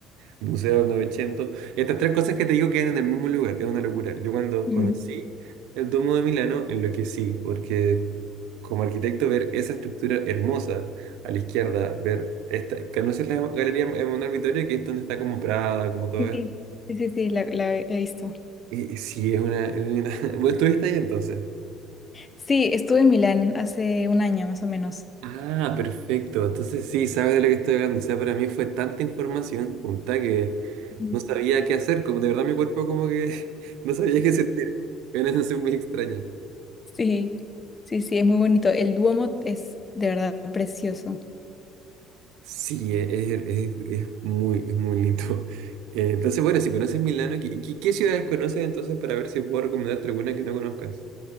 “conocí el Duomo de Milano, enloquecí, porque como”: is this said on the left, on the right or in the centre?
Right